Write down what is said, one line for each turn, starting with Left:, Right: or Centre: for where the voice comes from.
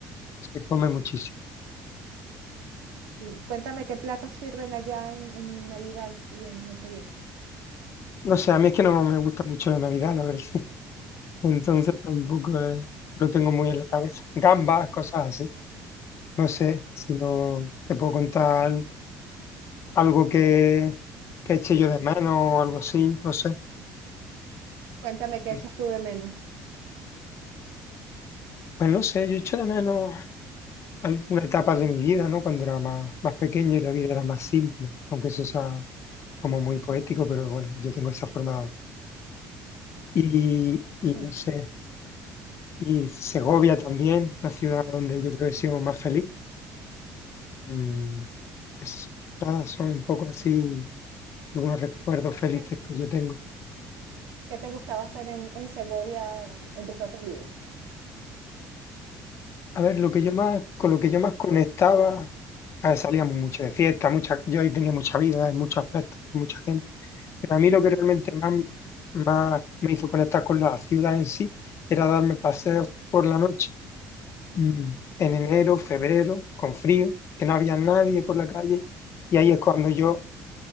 Left: se come muchísimo.
Right: Sí, cuéntame qué platos sirven allá en, en Navidad y en Nochevieja.
Left: No sé, a mí es que no me gusta mucho la Navidad, la verdad. Entonces tampoco eh, lo tengo muy en la cabeza. Gambas, cosas así. No sé si no te puedo contar algo que, que eche yo de menos o algo así, no sé.
Right: Cuéntame qué
Left: Eh,
Right: echas tú de menos.
Left: Pues no sé, yo echo de menos alguna etapa de mi vida, ¿no? Cuando era más, más pequeño y la vida era más simple, aunque eso sea como muy poético, pero bueno, yo tengo esa forma de hablar. Y, y
Right: Mm,
Left: no sé, y Segovia también, una ciudad donde yo creo que he sido más feliz. Mm, es- todas son un poco así algunos recuerdos
Right: Cuéntame
Left: felices que yo tengo.
Right: qué te gustaba hacer en, en Segovia en tus ratos libres.
Left: A ver, lo que yo más, con lo que yo más conectaba, a ver, salíamos mucho de fiesta, mucha, yo ahí tenía mucha vida en muchos aspectos, con mucha gente, pero a mí lo que realmente más, más me hizo conectar con la ciudad en sí era darme paseos por la noche, mm, en enero, febrero, con frío, que no había nadie por la calle, y ahí es cuando yo